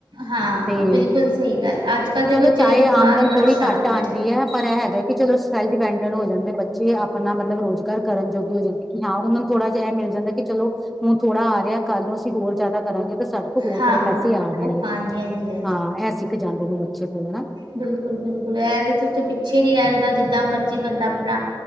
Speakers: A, on the right; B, in the centre.
A: ਹਾਂ
B: ਤੇ
A: ਬਿਲਕੁਲ ਸਹੀ ਗੱਲ ਅੱਜ ਕੱਲ੍ਹ ਦੇ
B: ਚਲੋ
A: ਬੱਚੇ
B: ਚਾਹੇ
A: ਦਾ ਦਿਮਾਗ
B: ਆਮਦਨ
A: ਬੜਾ
B: ਥੋੜੀ
A: ਸ਼ਾਰਪ
B: ਘੱਟ ਆਉਂਦੀ ਹੈ। ਹੈ ਪਰ ਇਹ ਹੈਗਾ ਕਿ ਚਲੋ ਸੈਲਫ ਡਿਪੈਂਡੈਂਟ ਹੋ ਜਾਂਦੇ ਬੱਚੇ, ਆਪਣਾ ਮਤਲਬ ਰੁਜ਼ਗਾਰ ਕਰਨ ਜੋਗ ਹੋ ਜਾਂਦੇ। ਹਾਂ, ਉਹਨਾਂ ਨੂੰ ਥੋੜ੍ਹਾ ਜਿਹਾ ਇਹ ਮਿਲ ਜਾਂਦਾ ਕਿ ਚਲੋ ਹੁਣ ਥੋੜ੍ਹਾ ਆ ਰਿਹਾ ਕੱਲ੍ਹ ਨੂੰ ਹੋਰ ਜਿਆਦਾ ਕਰਾਂਗੇ ਤਾਂ ਸਾਡੇ ਕੋਲ ਹੋਰ
A: ਹਾਂ।
B: ਥੋੜੇ ਪੈਸੇ ਆ ਜਾਣਗੇ
A: ਹਾਂਜੀ ਹਾਂਜੀ
B: ਹਾਂ, ਇਹ ਸਿੱਖ ਜਾਂਦੇ ਨੇ ਬੱਚੇ ਥੋੜੇ ਨਾ।
A: ਬਿਲਕੁਲ-ਬਿਲਕੁਲ ਇਹਦੇ ਪਿੱਛੇ ਨਹੀਂ ਰਹਿ ਸਕਦਾ ਜਿੱਦਾਂ ਮਰਜੀ ਬੰਦਾ ਆਪਣਾ